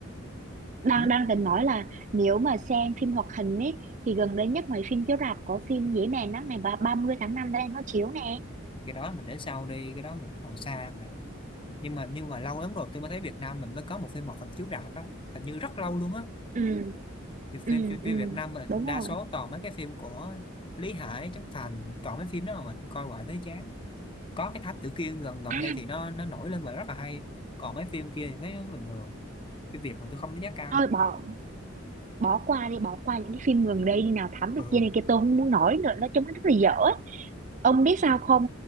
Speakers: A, on the right; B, on the left.
A: đang
B: ừ?
A: đang định nói là nếu mà xem phim hoạt hình ấy thì gần đây nhất mấy phim chiếu rạp có phim Dế Mèn á ngày ba 30 tháng 5 đây nó chiếu nè
B: cái đó mình để sau đi cái đó mình còn xa mà nhưng mà nhưng mà lâu lắm rồi tôi mới thấy Việt Nam mình mới có một phim hoạt hình chiếu rạp á hình như rất lâu luôn á
A: ừ.
B: thì phim,
A: Ừ.
B: phim
A: Ừ.
B: phim Việt Nam mình
A: đúng
B: đa
A: rồi
B: số toàn mấy cái phim của Lý Hải Trấn Thành toàn mấy phim đó mà mình coi hoài thấy chán có cái Thám Tử Kiên gần gần
A: à
B: đây thì nó nó nổi lên và rất là hay còn mấy phim kia thì thấy nó bình thường phim Việt mà tôi không đánh giá cao
A: thôi bỏ bỏ qua đi bỏ qua những cái phim gần đây đi nào thám tử
B: ừ.
A: kia này kia tôi không muốn nói nữa nói chung nó rất là dở Ông biết sao không?